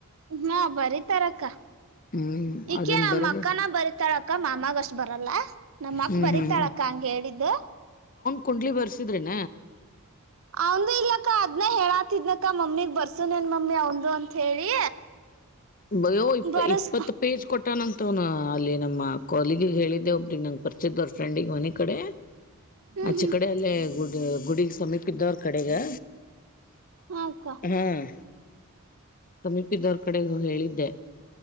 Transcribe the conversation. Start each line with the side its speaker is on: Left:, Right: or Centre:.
Right: ಹ ಬರಿತಾರಕ್ಕ
Left: ಹ್ಮ್
Right: ಇಕಿ
Left: ಅದನ್
Right: ನಮ್ಮ್
Left: ಬರದ
Right: ಅಕ್ಕನ ಬರಿತಾಳಕ್ಕ ಮಾಮಾಗಷ್ಟ ಬರಲ್ಲ ನಮ್ಮ ಅಕ್ಕ
Left: ಹ್ಮ್
Right: ಬರತಾಳಕ್ಕ
Left: ಹ್ಮ್
Right: ಹಂಗ ಹೇಳಿದ್ದು
Left: ಕುಡ್ಲಿ ಬರ್ಸಿದ್ರೇನಾ
Right: ಅವಂದು ಇಲ್ಲ ಅಕ ಅದ್ನ ಹೇಳಾತಿದ್ನಕ್ಕ ಮಮ್ಮಿಗ್ ಬರ್ಸುನ್ ಏನ್ ಮಮ್ಮಿ ಅವ್ಂದು ಅಂತ ಹೇಳಿ
Left: ಬಯ್ಯೋ ಇಪ್ಪ
Right: ಬರಸ್
Left: ಇಪ್ಪತ್ತು ಪೇಜ್ ಕೊಟ್ಟಾನಂತ ನು ಅಲ್ಲಿ ನಮ್ಮ ಕೋಲ್ಲಿಗಿಗೆ ಹೇಳಿದ್ದೆ ಒಬ್ರಿಗೆ ನಂಗೆ ಪರ್ಚಿದ್ದವ್ರ ಫ್ರೆಂಡಿಗೆ ಮನೆ ಕಡೆ
Right: ಹ್ಮ್
Left: ಆಚ್ಚೆ
Right: ಹ್ಮ್
Left: ಕಡೆ ಅಲ್ಲೇ ಗುಡ್ ಇ ಗುಡಿಗೆ ಸಮೀಪ ಇದ್ದ ಅವ್ರ ಕಡೆಗೆ
Right: ಹಾಕ್ಕ
Left: ಹ್ಮ್ ಸಮೀಪ ಇದ್ದವರ್ ಕಡೆ ನೀ ಹೇಳಿದ್ದೆ